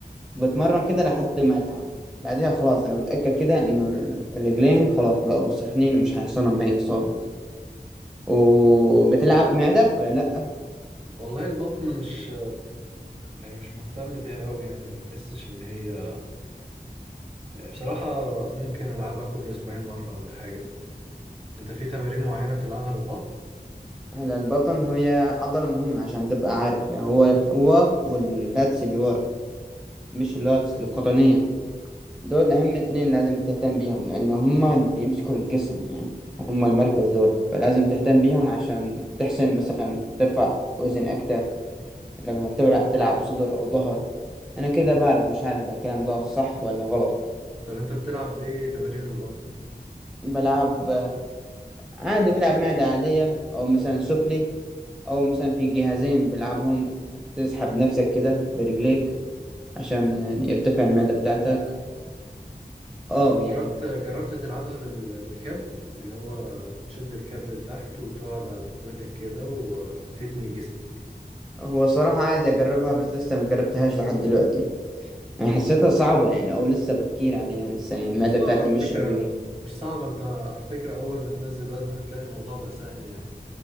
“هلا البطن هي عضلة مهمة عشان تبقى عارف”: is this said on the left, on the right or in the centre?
Centre